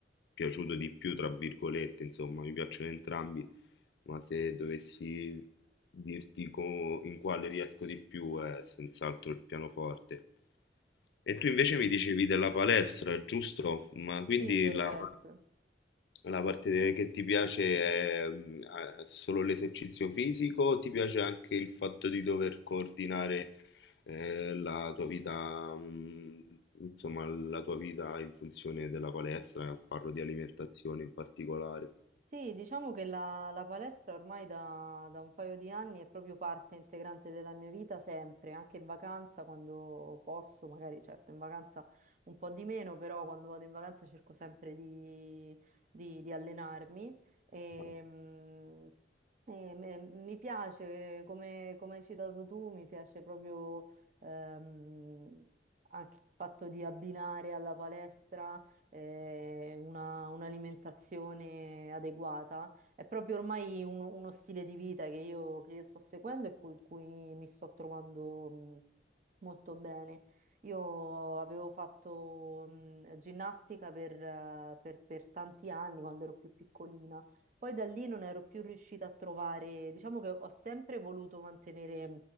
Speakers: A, on the left; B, on the right.
A: piaciuto di più, tra virgolette, insomma, mi piacciono entrambi ma se dovessi Dirti co- in quale riesco di più è senz'altro il pianoforte. E tu invece mi dicevi della palestra, giusto? Ma
B: Sì,
A: quindi
B: corretto.
A: la, la parte de- che ti piace è mm, eh, solo l'esercizio fisico o ti piace anche il fatto di dover coordinare eh, la tua vita, mm, insomma, la tua vita in funzione della palestra? Parlo di alimentazione in particolare.
B: Sì, diciamo che la, la palestra ormai da, da un paio di anni è proprio parte integrante della mia vita sempre, anche in vacanza quando posso, magari certo in vacanza un po' di meno, però quando vado in vacanza cerco sempre di, di- di allenarmi. E,
A: Ah,
B: mm, e me- mi piace, come, come hai citato tu, mi piace proprio ehm, anche il fatto di abbinare alla palestra eh, una- un'alimentazione adeguata. È proprio ormai uno, uno stile di vita che io, che io sto seguendo e con cui mi sto trovando mh, molto bene. Io avevo fatto mh, ginnastica per, eh, per- per tanti anni quando ero più piccolina, poi da lì non ero più riuscita a trovare, diciamo che ho sempre voluto mantenere